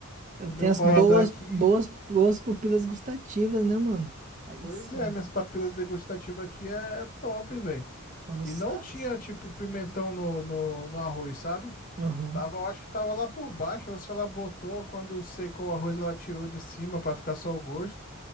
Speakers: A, on the right; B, on the left.
A: Eu
B: meu
A: tenho
B: paladar
A: as boas,
B: aqui,
A: boas, boas papilas gustativas, né, mano? Aí
B: pois
A: sim,
B: é, minhas papilas degustativas aqui é é top, velho.
A: aguçadas.
B: E não tinha, tipo, pimentão no, no, no arroz, sabe?
A: Aham.
B: Tava, eu acho que tava lá por baixo, ou se ela botou, quando secou o arroz, ela tirou de cima pra ficar só o gosto.